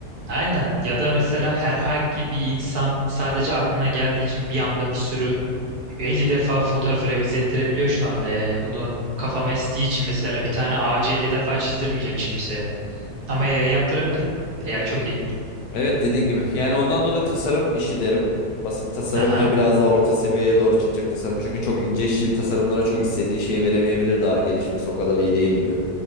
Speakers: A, on the right (about 70°); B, on the left (about 70°).
A: Aynen ya da mesela herhangi bir insan sadece aklına geldiği için bir anda bir sürü 50 defa fotoğrafı revize ettirebiliyor şu anda ya. Ya bunu kafama estiği için mesela bir tane ağacı 50 defa çizdirmeyeceğim hiç kimseye. Ama AI'ya yaptırabilirim. AI çok iyi.
B: Evet dediğin gibi. Yani ondan dolayı tasarım işi derim. Basit tasarım
A: Aha.
B: ve biraz da orta seviyeye doğru çıkacak tasarım. Çünkü çok ince işçilik tasarımlara çok istediği şeyi veremeyebilir daha gelişmesi o kadar iyi değil gibi.